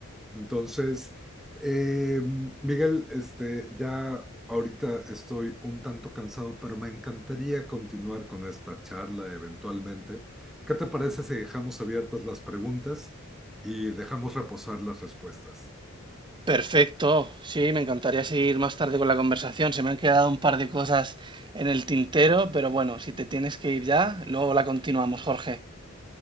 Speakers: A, in the centre; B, on the right.
A: Entonces, eh, Miguel, este, ya ahorita estoy un tanto cansado, pero me encantaría continuar con esta charla eventualmente. ¿Qué te parece si dejamos abiertas las preguntas y dejamos reposar las respuestas?
B: Perfecto, sí, me encantaría seguir más tarde con la conversación. Se me han quedado un par de cosas en el tintero, pero bueno, si te tienes que ir ya, luego la continuamos, Jorge.